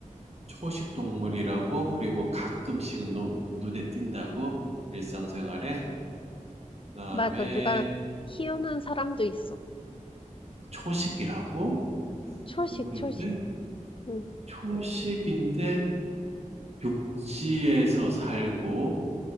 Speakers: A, on the right; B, on the left.
A: 초식 동물이라고, 그리고 가끔씩은 노- 눈에 띈다고, 일상생활에. 그다음에
B: 맞아, 누가 키우는 사람도 있어.
A: 초식이라고,
B: 초식,
A: 동물인데,
B: 초식. 응,
A: 초식인데 육지에서 살고,